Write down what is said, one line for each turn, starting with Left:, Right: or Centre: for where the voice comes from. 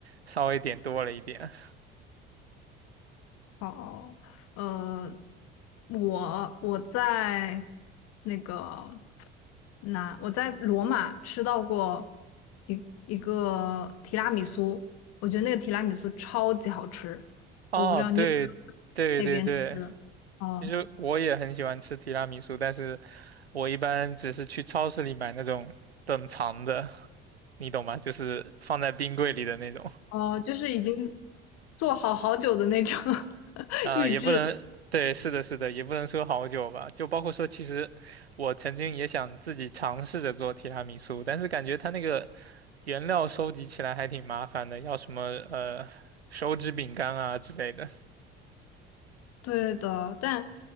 Right: 稍微点多了一点。
Left: 哦，呃，我我在那个哪，我在罗马吃到过一一个提拉米苏，我觉得那个提拉米苏超级好吃，
Right: 哦，
Left: 我不知道你有没有那边吃的？
Right: 对对对对，
Left: 哦
Right: 其实我也很喜欢吃提拉米苏，但是我一般只是去超市里买那种冷藏的，你懂吗？就是放在冰柜里的那种。
Left: 哦，就是已经做好好久的那种 <laughs>
Right: 啊、
Left: 预制，
Right: 也不能，对，是的，是的，也不能说好久吧。就包括说，其实我曾经也想自己尝试着做提拉米苏，但是感觉它那个原料收集起来还挺麻烦的，要什么呃手指饼干啊之类的。
Left: 对的，但